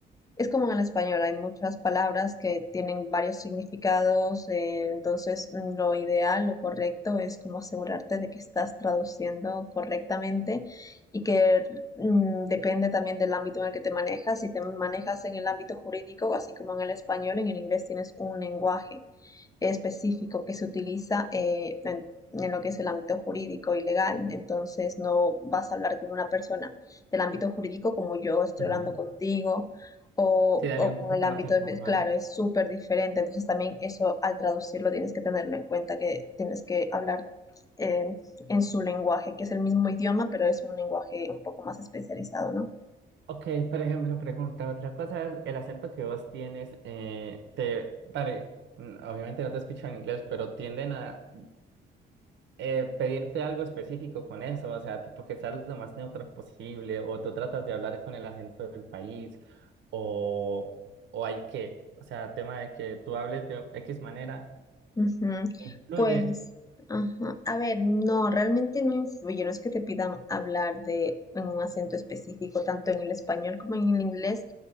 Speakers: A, on the left; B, on the right.
A: es como en el español, hay muchas palabras que tienen varios significados, eh, entonces mm, lo ideal, lo correcto es como asegurarte de que estás traduciendo correctamente y que mm, depende también del ámbito en el que te manejas. Si te manejas en el ámbito jurídico, así como en el español, en el inglés tienes un lenguaje específico que se utiliza eh, en, en lo que es el ámbito jurídico y legal. Entonces no vas a hablar con una persona del ámbito jurídico como yo estoy
B: Ujú.
A: hablando contigo o,
B: Sí, dale,
A: o
B: un
A: con
B: poquito
A: el ámbito
B: más informal.
A: de... Claro, es súper diferente. Entonces también eso al traducirlo tienes que tenerlo en cuenta, que tienes que hablar eh, en su lenguaje, que es el mismo idioma, pero es un lenguaje un poco más especializado, ¿no?
B: Ok, por ejemplo, pregunta, otra cosa es el acento que vos tienes, eh, te, dale, mm, obviamente no te escucho en inglés, pero tienden a eh, pedirte algo específico con eso, o sea, tipo que seas lo más neutro posible, o tú tratas de hablar con el acento del país, o, o hay que, o sea, tema de que tú hables de X manera,
A: Ujú.
B: influye.
A: Pues, ajá. A ver, no, realmente no influye, no es que te pidan hablar de en un acento específico, tanto en el español como en el inglés.